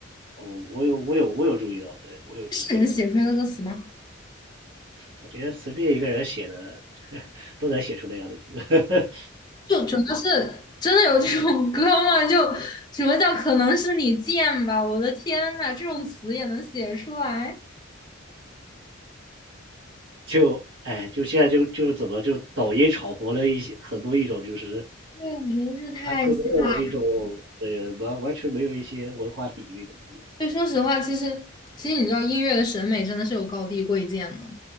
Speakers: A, on the right; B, on the left.
A: 哦，我有我有我有注意到，对，我有注意到。
B: 是人写出来的歌词吗？
A: 我觉得随便一个人写的 <laughs>，都能写出那样的歌，
B: 就主要是真的有这种歌吗？就什么叫可能是你贱吧？我的天呐，这种词也能写出来？
A: <laughs> 就哎，就现在就就是怎么就抖音炒活了一些很多一种就是
B: 对，我觉得这太吓人。
A: 完全没有一种对完完全没有一些文化底蕴的歌，
B: 对，说实话，其实其实你知道，音乐的审美真的是有高低贵贱的。